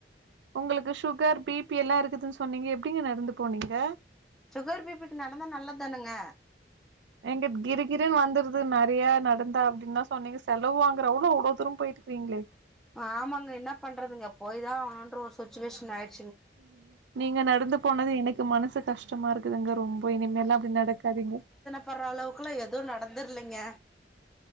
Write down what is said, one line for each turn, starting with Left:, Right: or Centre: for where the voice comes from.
Right: ஒங்குளுக்கு சுகர் பி பி எல்லா இருக்குதுன் சொன்னீங்க எப்டிங்க நடந்து போனீங்க
Centre: சுகர் பி பிக்கு நடந்தா நல்லத்தானுங்க
Right: எங்க கிரு கிருன் வந்துருதுன் நெறயா நடந்தா அப்டினா சொன்னீங்க செலவு வாங்குற அவ்ளோ அவ்ளோ தூரம் போய்ட்டுகிறீங்ளே
Centre: ஆமாங்க என்னாப் பண்றதுங்க போய்தா ஆன்ற ஒரு சுச்சுவேஷன் ஆயிட்
Right: <inaudible> நீங்க நடந்து போனது எனக்கு மனசு கஷ்டமா இருக்குதுங்க ரொம்ப இனிமேல்லா அப்டி நடக்காதீங்க
Centre: பட்ற அளவுக்குல்லா எதுவு நடந்துர்லைங்க